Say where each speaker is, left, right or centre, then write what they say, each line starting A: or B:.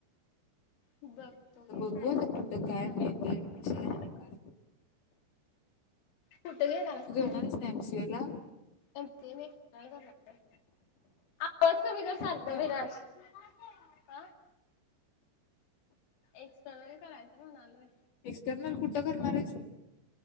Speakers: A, on the left; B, on the left.
A: बघतो
B: तर
A: की
B: बघू
A: काय
B: आता
A: काय
B: कुठं
A: हुतय
B: काय मिळतं ऍडमिशन
A: उम
B: आणि काय
A: कुठे घेणार
B: तू
A: आहेस
B: ना एमसीए ला
A: एम सी ए मी एक्स्टर्नल करणारे. आवाज कमी कर सारखं
B: होय
A: विराज. हा एक्सटर्नल करायचं म्हणालोय.
B: एक्स्टर्नल कुठं करणारेस?